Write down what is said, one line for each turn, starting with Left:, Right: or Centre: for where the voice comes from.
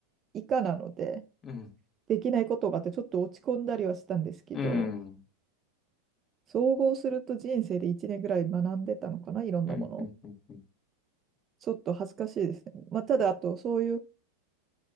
Right: 以下なので、
Left: うん。
Right: できないことがあってちょっと落ち込んだりはしたんですけど、
Left: うん。
Right: 総合すると人生で1年ぐらい学んでたのかな、いろんなものを。
Left: うん、うん、うん、うん。
Right: ちょっと恥ずかしいですね。まあ、ただ、あと、そういう